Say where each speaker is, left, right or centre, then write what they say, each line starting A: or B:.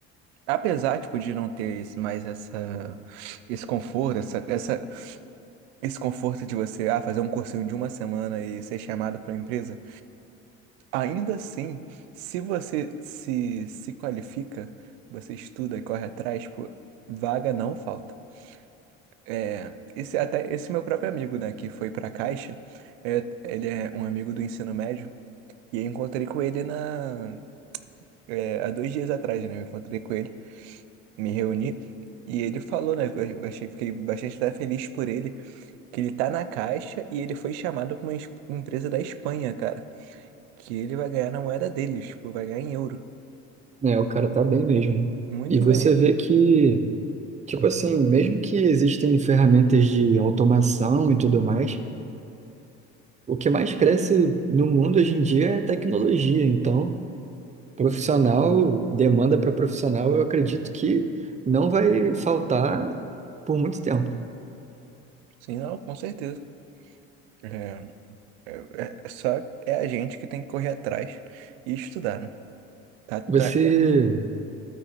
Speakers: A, on the right; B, on the right.
A: apesar, tipo, de não ter esse- mais essa, esse conforto, essa, essa, esse conforto de você ah, fazer um cursinho de uma semana e ser chamado para uma empresa. Ainda assim, se você se, se qualifica, você estuda e corre atrás, pô, vaga não falta. É, esse, até esse meu próprio amigo, né, que foi pra Caixa, é, ele é um amigo do ensino médio, e eu encontrei com ele na, é, há dois dias atrás, né, eu encontrei com ele, me reuni, e ele falou, né, eu eu achei, fiquei bastante até feliz por ele, que ele tá na Caixa e ele foi chamado pra uma es- empresa da Espanha, cara, que ele vai ganhar na moeda deles, tipo, vai ganhar em euro.
B: É, o cara tá bem mesmo.
A: Muito
B: E você
A: maneiro.
B: vê que Tipo assim, mesmo que existem ferramentas de automação e tudo mais, o que mais cresce no mundo hoje em dia é tecnologia. Então, profissional, demanda para profissional, eu acredito que não vai faltar por muito tempo.
A: Sim, não, com certeza. É, é, é é só é a gente que tem que correr atrás e estudar, né? Tá, tá.
B: Você,